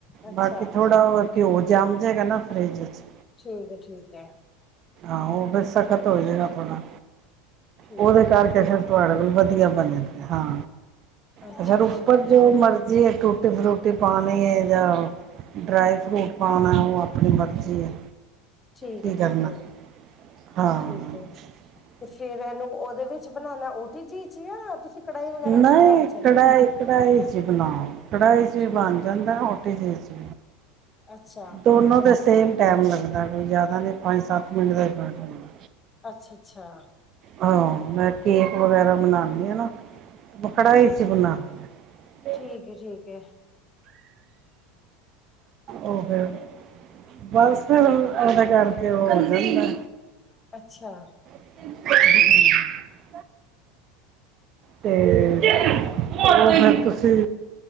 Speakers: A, on the left; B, on the right.
A: ਅੱਛਾ
B: ਬਾਕੀ ਥੋੜਾ ਘਿਓ ਜਮ ਜਾਏਗਾ ਨਾ ਫਰਿਜ ਚ
A: ਠੀਕ ਹੈ ਠੀਕ ਹੈ
B: ਆਹੋ ਫਿਰ ਸਖ਼ਤ ਹੋ ਜਾਏਗਾ ਥੋੜਾ
A: ਠੀਕ
B: ਉਹਦੇ
A: ਹੈ
B: ਕਰਕੇ ਫਿਰ ਤੁਹਾਡੇ ਕੋਲ ਵਧੀਆ ਬਣਦੀ ਹਾਂ
A: ਅੱਛਾ
B: ਤੇ ਫੇਰ
A: ਅੱਛਾ
B: ਉੱਪਰ ਜੋ ਮਰਜ਼ੀ ਹੈ ਟੂਟੀ ਫਰੂਟੀ ਪਾਣੀ ਹੈ ਜਾਂ ਡਰਾਈ ਫਰੂਟ ਪਾਉਣਾ ਉਹ ਆਪਣੀ ਮਰਜ਼ੀ ਹੈ
A: ਠੀਕ
B: ਕੀ
A: ਹੈ
B: ਕਰਨਾ
A: ਠੀਕ ਹੈ
B: ਹਾਂ
A: ਠੀਕ ਹੈ ਤੇ ਫੇਰ ਇਹਨੂੰ ਉਹਦੇ ਵਿੱਚ ਬਣਾਉਣਾ ਊਟੀ ਜੀ ਚ ਆ ਤੁਸੀਂ ਕੜਾਹੀ ਵਗੈਰਾ
B: ਨਹੀਂ
A: ਚ ਵੀ ਬਣ ਜਾਂਦੇ
B: ਕੜਾਹੀ
A: ਨੇ
B: ਕੜਾਹੀ ਚ ਬਣਾਓ ਕੜਾਹੀ ਚ ਵੀ
A: ਠੀਕ
B: ਬਣ ਜਾਂਦਾ ਓਟੀ ਚ
A: ਅੱਛਾ
B: ਦੋਨੋ ਤੇ ਸੇਮ ਟੈਮ ਲੱਗਦਾ ਕੋਈ ਜਿਆਦਾ ਨੀ ਪੰਜ ਸੱਤ ਮਿੰਟ ਦਾ ਹੀ ਫਰਕ ਹੁੰਦਾ
A: ਅੱਛਾ ਅੱਛਾ।
B: ਹਹ ਮੈਂ ਕੇਕ ਵਗੈਰਾ ਬਨਾਉਦੀ ਹਾਂ ਨਾ। ਕੜਾਹੀ
A: ਠੀਕ
B: ਚ ਬਣਾਉਣੀ
A: ਠੀਕ
B: ਹ।
A: ਹੈ ਠੀਕ ਹੈ
B: ਓ ਹੋ ਬਸ ਉਹਦਾ ਕਰਕੇ ਉਹ ਆ ਜਾਂਦਾ
A: ਅੱਛਾ
B: <inaudible> ਤੇ ਉਹ ਫਿਰ ਤੁਸੀਂ